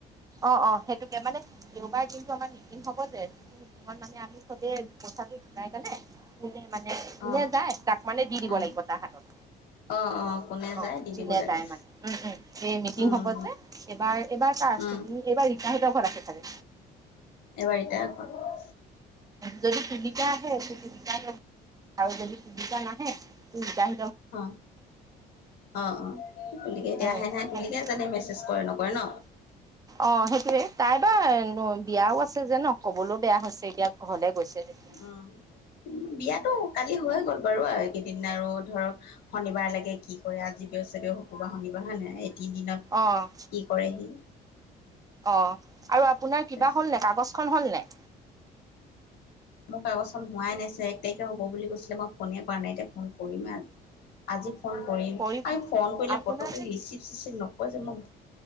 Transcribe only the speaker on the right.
অ', অ', সেইটোকে মানে দেওবাৰ দিনটো আমাৰ নিন হব যে তই মানে আমি চবে কথাটো ঘকাই কোনে কোনে মানে
নে যায় তাক মানে দি দিব
লাগিব তাৰ হাতত
অ,
'
যোনে
যায় মানে উম উম স মিটিং
হব যে এইবাৰ এইবাৰ
শুনি এইবাৰ ইবাহিত ঘৰাখে থাকে
যদি চিলিকা আহে চিকাই ল আৰু যদি চিলিকা নাহে টাই
উম
অ' সেইটোৱে তাই বাৰ বিয়াও আছে যে ন কবলৈও বেয়া হৈছে। এতিয়া ঘৰলে গৈছে। যেতিয়া
অ'
অ' আৰু আপোনাৰ
কিবা হ'ল নে কাগজ খন হ'ল নে?
কৰি
আপোনাৰ
যে